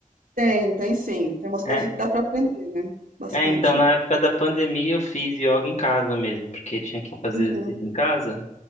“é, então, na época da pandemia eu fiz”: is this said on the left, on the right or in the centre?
Left